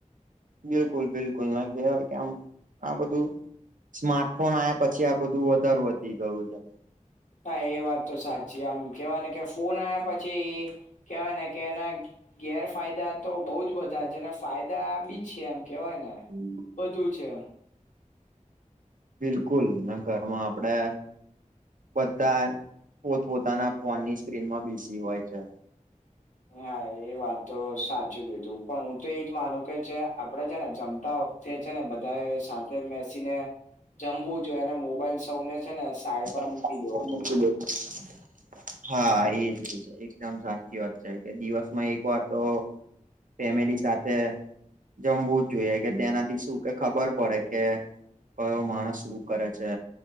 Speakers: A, on the right; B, on the left.
A: બિલકુલ બિલકુલ ના કેવાય કે આમ આ બધું સ્માર્ટફોન આયા પછી આપ બધું વધાર વધી ગયું છે.
B: હા એ વાત તો સાચી આમ કેવા ને કે ફોન આવ્યા પછી કેવાય ને કે એના ગેરફાયદા તો બઉ જ બધા છે અને ફાયદા બી છે એમ કેવાય ને.
A: હમ.
B: બધું છે.
A: બિલકુલ નહી ન ઘરમાં આપડે બધ્ધા પોતપોતાના ફોનની સ્ક્રીનમાં બીઝી હોય છે.
B: હા એ વાત તો સાચું કીધું પણ હું તો એજ માનું કે છે આપડે છે ને જમતા હો તે છે ને બધાયે સાથે બેસીને જમવું જોઈએ એને મોબાઈલ સૌને છે ને સાઈડ
A: સાવધાની
B: પર મૂકી દેવો
A: પર
B: જોઈએ
A: મૂકી દેવો હા એજ છે એકદમ સાચી વાત છે કે દિવસમાં એક વાર તો ફેમિલી સાથે જમવું જ જોઈએ કે તેનાથી શું કે ખબર પડે કે કયો માણસ શું કરે છે